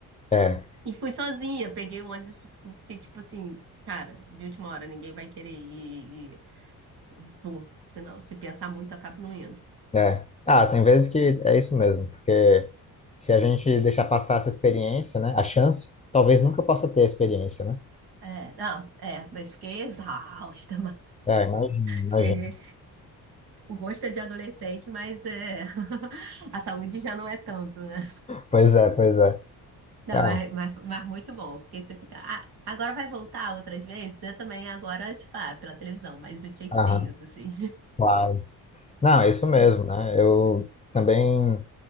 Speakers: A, on the left (about 20°); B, on the right (about 80°).
A: é,
B: E fui sozinha, peguei o ônibus, porque tipo assim, cara, de última hora ninguém vai querer ir e vou. Senão, se pensar muito, eu acabo não indo.
A: é. Ah, tem vezes que é isso mesmo, porque se a gente deixar passar essa experiência, né, a chance, talvez nunca possa ter a experiência, né?
B: É, não, é, mas fiquei exausta, <laughs> mas...
A: É, imagina, imagina.
B: fiquei O gosto é de adolescente, mas é... <laughs> a saúde já não é tanto, né?
A: Pois é, pois é.
B: Não,
A: Ah,
B: mas, mas, mas muito bom, porque você fica. "Ah, agora vai voltar outras vezes? Eu também, agora, tipo, ah, pela televisão, mas eu tinha que
A: aham.
B: ter ido, assim.
A: claro. Não, é isso mesmo,
B: <laughs>
A: né? Eu também